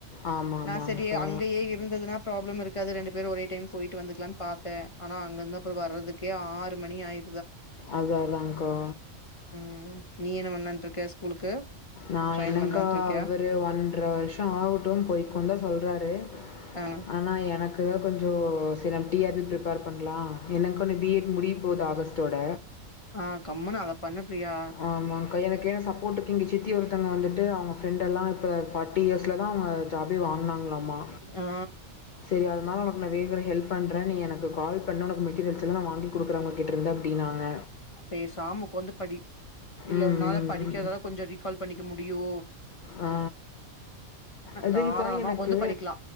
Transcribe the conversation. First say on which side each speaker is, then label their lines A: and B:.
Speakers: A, on the left; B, on the left.
A: ஆமாம் ஆமாங்கக்கா
B: நா சரி அங்கயே இருந்ததுனா ப்ராப்ளம் இருக்காது ரெண்டு பேரு ஒரே டைம் போயிட்டு வந்துக்கலான்னு பார்த்த ஆனா அங்க இருந்தா வர்றதுக்கே ஆறு மணி ஆய்
A: அதா அதாங்க்கா
B: உம் நீ என்ன பண்ணலான்டுருக்க ஸ்கூலுக்கு
A: நா
B: ஜாயின்
A: என்னக்கா
B: பண்ணலான்ட்டு இருக்கியா
A: அவரு ஒன்ற வருஷோ ஆகட்டு போய்க்கோ தா சொல்றாரு
B: ஆ
A: ஆனா எனக்கு தா கொஞ்சோ டிஆர்பி ப்ரிப்பேர் பண்ணலா எனக்கு இந்த பிஎட் முடிய போகுது ஆகஸ்ட்டோட
B: ஆ கம்முனு அத பண்ணு பிரியா
A: ஆமாக்கா எனக்கு சப்போர்ட்டுக்குங்க <inaudible> தி ஒருத்தவ்ங்க வந்துட்டு அவங்க ஃப்ரெண்டெல்லா இப்ப ஃபார்ட்டி இயர்ஸ்ல தா அவங்க ஜாபே வாங்னாங்களா மா
B: ஆ
A: செரி அதனால உனவேங்கிற ஹெல்ப் பண்றே நீ எனக்கு கால் பண்ணு உனக்கு மெட்டீரியல்ஸ்ல்லா வாங்கி குடுக்கிறவங்கிட்டருந்து அப்டினாங்க
B: பேசாம ஒக்காந்து படி இல்ல
A: ம்
B: உன்னால
A: ம்
B: படிக்கிறதால
A: ம்
B: கொஞ்சோ ரீகால் பண்ணிக்க முடியூ
A: ஆ அதுங்க்கா
B: தாராளமா
A: எனக்கு
B: உக்காந்து படிக்கலா